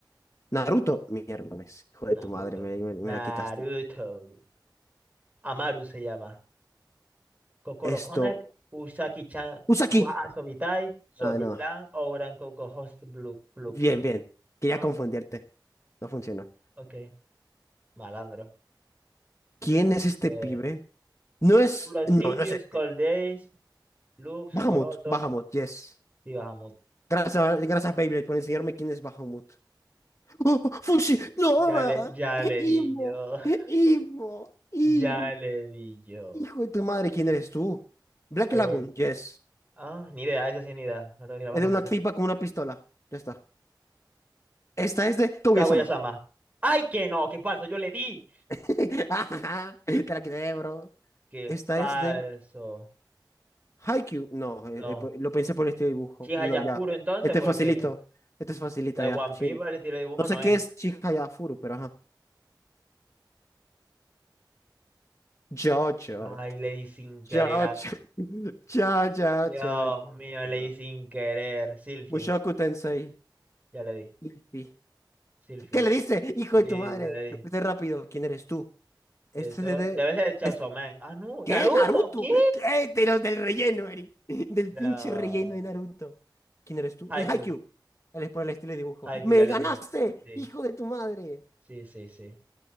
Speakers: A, on the left; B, on the right.
A: Naruto. Mierda, ves, hijo de
B: Naruto.
A: tu madre, me, me me
B: Naruto.
A: la quitaste.
B: Amaru se llama. Kokoro
A: Esto.
B: Konak, Usaki-chan,
A: Usaki.
B: wa Asobitai, Sobilan,
A: Ah, no.
B: Ouran Koko Host Blue Club.
A: Bien, bien. Quería
B: Ah,
A: confundirte. No funcionó.
B: ok. Malandro.
A: ¿Quién es este
B: Eh,
A: pibe? No es.
B: Kurosillus,
A: No, no es este.
B: Cold Days, Lux,
A: Bahamut.
B: Coroto.
A: Bahamut, yes.
B: Sí, bajamos.
A: Gracias, gracias, Beyblade, por enseñarme quién es Bahamut. ¡Oh, Fushi! ¡No!
B: Ya
A: ah,
B: le, ya
A: ¡Imo!
B: le di yo. <laughs>
A: ¡Imo! ¡Imo!
B: Ya le di yo.
A: Hijo de tu madre, ¿quién eres tú? Black
B: Eh,
A: Lagoon, yes.
B: ah, ni idea, esa sí ni idea. No tengo ni la más
A: Es de
B: remota.
A: una tipa con una pistola. Ya está. Esta es de Kaguya-sama.
B: Kaguya-sama. ¡Ay, que no! ¡Qué falso! Yo le di.
A: <laughs> Te la quité, bro.
B: ¡Qué
A: Esta
B: falso!
A: es de Haikyuu, no, eh,
B: No.
A: eh, po- lo pensé por este dibujo.
B: Si es
A: No,
B: Hayafuro
A: ya.
B: entonces,
A: Este
B: porque.
A: es facilito. Este es facilita
B: De
A: ya,
B: One
A: chino.
B: Piece para el estilo de dibujo
A: No sé
B: no
A: qué
B: es.
A: es Chihaya furu, pero ajá. Jojo.
B: Ay, le di sin querer
A: Jojo.
B: a...
A: <laughs> Cha, cha,
B: Dios
A: cha, cha,
B: mío,
A: cha.
B: le di sin querer. Silphy,
A: Mushoku Tensei.
B: ya le di.
A: Ippy.
B: Silphy.
A: ¿Qué le dice? Hijo de
B: Sí,
A: tu madre.
B: ya le di.
A: Fuiste rápido. ¿Quién eres tú? Este
B: Esto
A: es de...
B: debe ser Chainsaw
A: Este.
B: Man. Ah, no.
A: ¿Qué?
B: Naruto,
A: ¿Naruto?
B: ¿qué?
A: ¿Qué? De los del relleno, Eri. <laughs> Del
B: No.
A: pinche relleno de Naruto. ¿Quién eres tú?
B: Haikyuu.
A: Es Haikyuu. Él es por el estilo de dibujo.
B: Haikyuu,
A: ¡Me
B: ya le
A: ganaste,
B: di. Sí,
A: hijo de tu madre!
B: sí, sí, sí.